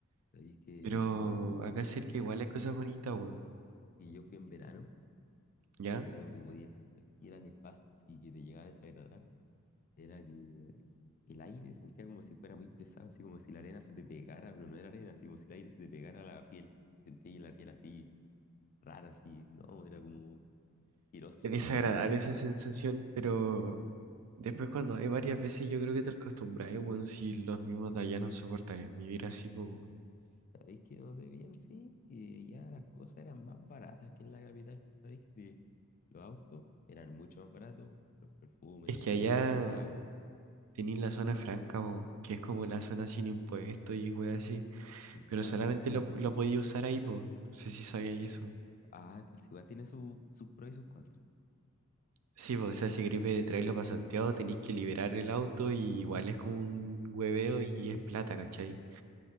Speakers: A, on the left; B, on the right.
A: Sabéis que,
B: Pero acá cerca igual hay cosas bonitas, bueno,
A: que yo fui en verano
B: ¿ya?
A: y lo que podía sentir era nefasto, así que te llegaba a desagradar. Era que el aire se sentía como si fuera muy pesado, así como si la arena se te pegara, pero no era arena, así como si el aire se te pegara a la piel. Sentía la piel así rara, así, no, era como asqueroso.
B: Es desagradable esa sensación, pero Después cuando hay varias veces yo creo que te acostumbras, weón, si los mismos de allá no soportarían vivir así, po. weón.
A: ¿Sabéis que donde bien sí? Que ya las cosas eran más baratas que en la capital. ¿Sabéis que te- los autos eran mucho más baratos? Los perfumes,
B: Es que allá
A: el agua.
B: tenéis la zona franca, po, que es como la zona sin impuestos y weón así,
A: Ahí está,
B: pero solamente
A: pues.
B: lo, lo podía usar ahí, po. No sé si sabíais eso.
A: Ah, entonces igual tiene su- sus pros y sus contras.
B: Sí, po, o sea, si gripe traerlo para Santiago tenéis que liberar el auto y igual es como un hueveo y es plata, ¿cachai?